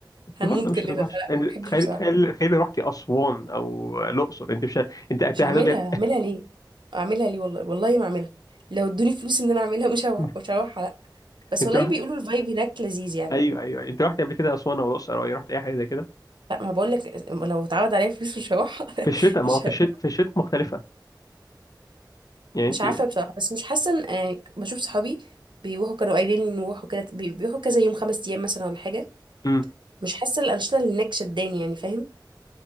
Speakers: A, on the left; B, on the right.
A: بس
B: هنموت
A: برضه مش
B: كلنا
A: هتبقى
B: فلا
A: وحشه يعني
B: ما بحبش
A: تخيلي
B: بصراحه
A: تخيلي تخيلي رحتي اسوان او الاقصر انت مش ه- انت هت-
B: مش
A: هتبقى
B: هعملها هعملها ليه اعملها ليه والله والله ما اعملها لو ادوني فلوس ان انا اعملها <laughs> مش هروح
A: <laughs>
B: مش هروح لا بس
A: انت
B: والله
A: رحت
B: بيقولوا الفايب هناك لذيذ يعني
A: ايوه ايوه انت رحت قبل كده اسوان او الاقصر او أي- رحت اي حاجه زي كده
B: لا ما بقول لك لو اتعرض عليا فلوس مش هروح
A: في الشتاء
B: <laughs>
A: ما
B: مش
A: هو في الشتاء
B: هروح.
A: في الشتاء مختلفه يعني انت
B: مش عارفه بصراحه بس مش حاسه ان يعني بشوف صحابي بيروحوا كانوا قايلين لي نروحوا كده بي- بيروحوا كذا يوم خمس ايام مثلا ولا حاجه
A: امم
B: مش حاسه الانشطه اللي هناك شداني يعني فاهم